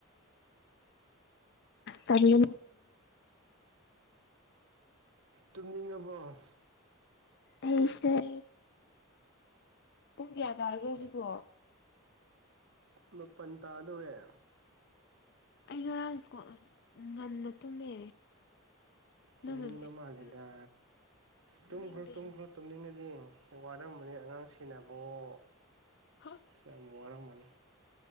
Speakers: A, on the left; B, on the right.
A: ꯇꯔꯣ
B: ꯇꯨꯝꯅꯤꯡꯉꯕꯣ
A: ꯑꯩꯁꯦꯨꯡ ꯄꯨꯡ ꯀꯌꯥ ꯇꯥꯔꯒꯦ ꯍꯧꯖꯤꯛꯕꯣ
B: ꯃꯥꯄꯜ ꯇꯥꯗꯣꯔꯦ
A: ꯑꯩ ꯉꯔꯥꯡ ꯉꯟꯅ ꯇꯨꯝꯃꯦ
B: ꯇꯨꯝꯅꯤꯡꯕ
A: ꯅꯪꯅ ꯃꯦꯁꯦꯁ
B: ꯃꯥꯜꯂꯤꯗ
A: ꯇꯨꯝꯅꯤꯡꯗꯦ
B: ꯇꯨꯝꯈ꯭ꯔꯣ ꯇꯨꯝꯈ꯭ꯔꯣ ꯇꯨꯝꯅꯤꯡꯉꯗꯤ ꯋꯥꯔꯝꯃꯅꯤ ꯑꯉꯥꯡ ꯁꯦꯟꯅꯕꯋꯣ
A: ꯍ
B: ꯌꯥꯝ ꯋꯥꯔꯝꯃꯅꯤ